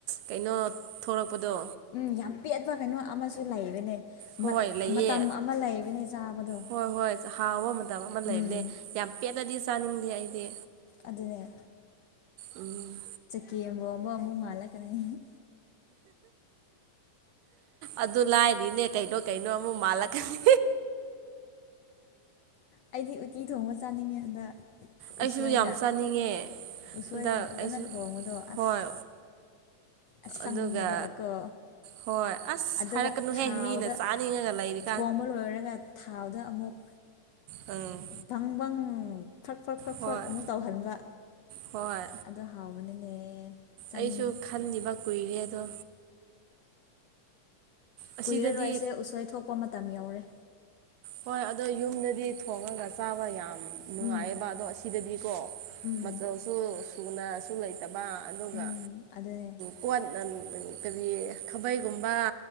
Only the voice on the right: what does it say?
ꯀꯩꯅꯣ ꯊꯣꯂꯛꯄꯗꯣ
ꯍꯣꯏ ꯂꯩꯌꯦ
ꯍꯣꯏ ꯍꯣꯏ ꯍꯥꯎꯕ ꯃꯇꯝ ꯑꯃ ꯂꯩꯕꯅꯦ
ꯌꯥꯝ ꯄꯦꯠꯂꯗꯤ ꯆꯥꯅꯤꯡꯗꯦ ꯑꯩꯗꯤ
ꯎꯝ
ꯑꯗꯨ ꯂꯥꯏꯅꯤꯅꯦ ꯀꯩꯅꯣ ꯀꯩꯅꯣ ꯑꯃꯨꯛ ꯃꯥꯜꯂꯛꯀꯅꯤ
ꯑꯩꯁꯨ
ꯌꯥꯝ ꯆꯥꯅꯤꯡꯉꯦ
ꯍꯟꯗꯛ
ꯑꯩꯁꯨ
ꯍꯣꯏ
ꯑꯗꯨꯒ ꯍꯣꯏ ꯑꯁ
ꯍꯥꯏꯔꯛꯀꯅꯨꯍꯦ
ꯃꯤꯅ ꯆꯥ ꯅꯤꯡꯉ ꯂꯥꯏꯔꯤ
ꯎꯝ
ꯍꯣꯏ
ꯍꯣꯏ
ꯑꯩꯁꯨ ꯈꯟꯈꯤꯕ ꯀꯨꯏꯔꯦ ꯑꯗꯣ ꯑꯁꯤꯗꯗꯤ
ꯍꯣꯏ ꯑꯗꯣ ꯌꯨꯝꯗꯗꯤ ꯊꯣꯡꯉꯒ ꯆꯥꯕ ꯌꯥꯝ ꯅꯨꯡꯉꯥꯏꯌꯦꯕ
ꯑꯗꯣ ꯑꯁꯤꯗꯗꯤꯀꯣ
ꯃꯆꯜꯁꯨ ꯁꯨꯅꯁꯨ ꯂꯩꯇꯕ ꯑꯗꯨꯒ
ꯄꯣꯠ ꯎꯝ ꯀꯔꯤ ꯈꯥꯕꯩꯒꯨꯝꯕ